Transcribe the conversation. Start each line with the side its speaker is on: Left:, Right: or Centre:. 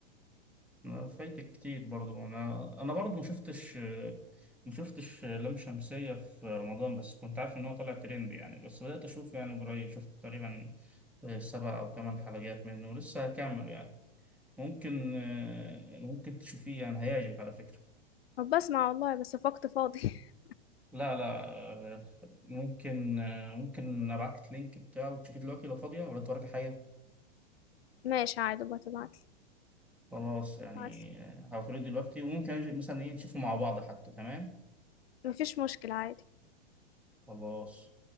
Centre: أنا فايتك كتير برضو انا انا برضو ما شفتش ما شفتش لام شمسية في رمضان بس كنت عارف ان هو طالع ترند يعني بس بدأت اشوف يعني قريب شفت تقريبا آه، سبع او ثمان حلقات منه ولسه هكمل يعني ممكن آه، ممكن تشوفيه يعني هيعجبك على فكرة
Left: طب بسمع والله بس في وقت فاضي <laughs>
Centre: لا لا آه، ممكن آه، ممكن ابعت لك اللينك بتاعه وتشوفيه دلوقتي لو فاضية ولا وراك حاجة
Left: ماشي عادي بتبعتلي
Centre: خلاص يعني
Left: بعتلي
Centre: هبعتهولك دلوقتي وممكن أجي مثلا ايه نشوفه مع بعض حتى تمام
Left: مفيش مشكلة عادي
Centre: خلاص